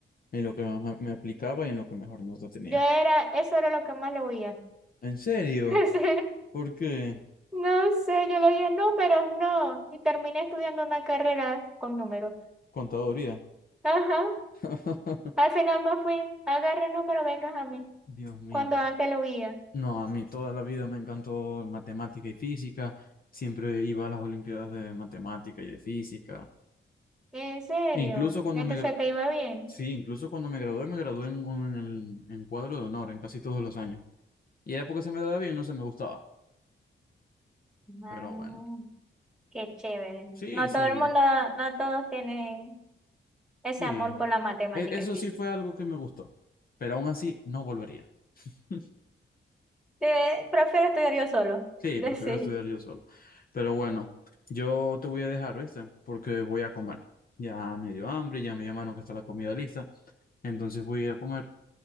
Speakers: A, on the left; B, in the centre.
A: en lo que más me aplicaba y en lo que mejor nota tenía.
B: Yo era, eso era lo que más le oía.
A: ¿En serio?
B: <laughs> Sí,
A: ¿Por qué?
B: No sé, yo le oía números, no. Y terminé estudiando una carrera con números.
A: Contaduría.
B: Ajá.
A: <laughs>
B: Al final me fui, agarre el número, vengas a mí.
A: Dios mío.
B: Cuando antes lo oía.
A: No, a mí toda la vida me encantó matemática y física. Siempre iba a las olimpiadas de matemática y de física.
B: En serio,
A: E incluso cuando
B: entonces
A: me, gra-
B: te iba bien.
A: sí, incluso cuando me gradué, me gradué en, un- en, el- en cuadro de honor en casi todos los años. Y era porque se me daba bien, no se me gustaba.
B: Ah,
A: Pero bueno.
B: qué chévere.
A: Sí,
B: No
A: sí,
B: todo el mundo, no todos tienen ese
A: sí.
B: amor por la matemática
A: E- eso
B: y física.
A: sí fue algo que me gustó, pero aún así no volvería. <laughs>
B: Eh, prefiero estudiar yo solo.
A: Sí,
B: <laughs> Decir.
A: prefiero estudiar yo solo. Pero bueno, yo te voy a dejar, ¿viste? Porque voy a comer. Ya me dio hambre, ya me llamaron que está la comida lista. Entonces voy a ir a comer